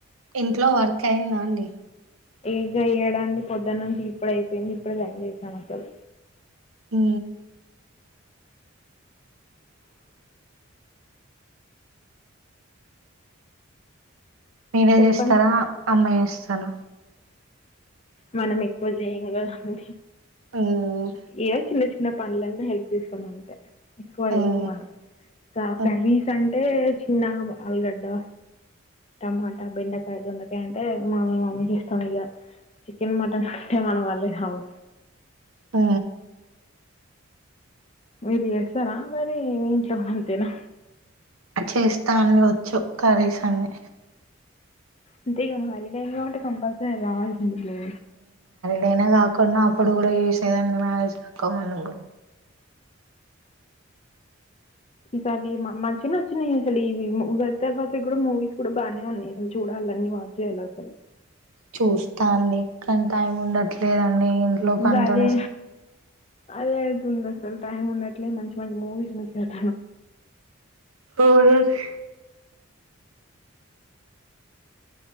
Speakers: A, on the right (about 80°); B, on the left (about 30°).
A: ఇంట్లో వర్క్ అయిందా అండి
B: ఇగ్గ ఏడ అండీ పొద్దున్న నుంచి ఇప్పుడ అయిపోయింది ఇప్పుడు పని చేశాం అసలు
A: ఊ నేనే
B: చెప్పండి
A: చేస్తారా అమ్మా చేస్తారా
B: మనం ఎక్కువ జయంగదండి
A: మ్మ్
B: ఏదో చిన్న చిన్న న్న పనులంటే హెల్ప్ చేస్తాం అంతే ఎక్కువ
A: మ్మ్
B: జేయం మనం గా
A: మ్మ్
B: కర్రీస్ అంటే ఏ చిన్నాం ఆల్గడ్డ టమాటా బెండకాయ దొండకాయ అంటే మా మామీకి ఇష్టం ఇగ చికెన్ మటన్ అంటే మన వాళ్ళ గావు
A: ఆ
B: మీరు చేస్తారా మరి మీ ఇంట్లో అంతేనా
A: చేస్తా అండి వచ్చు కర్రీస్ అన్ని
B: అంతే ఇక హార్రీ టైంలో ఉంటే కంపల్సరీ రావాల్సింది లే
A: నేనా కాకుండా అప్పుడు కూడా చేసేదాండి మ్యారేజ్ కాక ముందు
B: ఈసారి మంచిగనే వచ్చినాయి అసలు ఈవి ము ఉగాది తర్వాత కూడా మూవీస్ కూడా బానే ఉన్నాయి అసలు చూడాలి లన్ని వాచ్ జేయలసలు
A: చూస్తా అండి కానీ టైం ఉండట్లేదండి ఇంట్లో
B: ఇంకా
A: పనితోనే
B: అదే
A: స
B: అదే అయితుంది అసలు టైం ఉండట్లే మంచి మంచి మూవీస్ మిస్ అయితున్నం
A: అవునండి